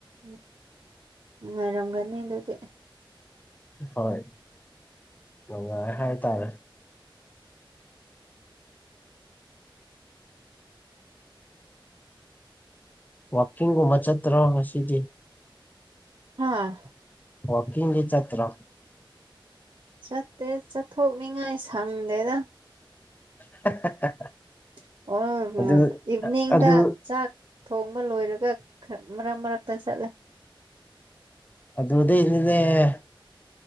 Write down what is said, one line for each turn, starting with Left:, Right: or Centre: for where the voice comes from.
Right: ꯎꯝ ꯉꯥꯏꯔꯝꯒꯅꯤ ꯑꯗꯨꯗꯤ
Left: ꯍꯣꯏ ꯅꯨꯉꯥꯏ ꯍꯥꯏ ꯇꯥꯔꯦ ꯋꯥꯛꯀꯤꯡꯒꯨꯝꯕ ꯃꯆꯇ꯭ꯔꯣ ꯉꯥꯁꯤꯗꯤ
Right: ꯍꯥꯥ
Left: ꯋꯥꯛꯀꯤꯡꯗꯤ ꯆꯠꯇ꯭ꯔꯣ
Right: ꯆꯠꯇꯦ ꯆꯠꯊꯣꯛꯅꯤꯉꯥꯏ ꯁꯪꯗꯦꯗ
Left: <unintelligible>
Right: <unintelligible>
Left: ꯑꯗꯨ
Right: ꯏꯚꯤꯅꯤꯡꯗ
Left: ꯑꯗꯨ
Right: ꯆꯥꯛ ꯊꯣꯡꯕ ꯂꯣꯏꯔꯒ ꯈꯥ ꯃꯔꯛ ꯃꯔꯛꯇ ꯆꯠꯂꯦ
Left: <unintelligible>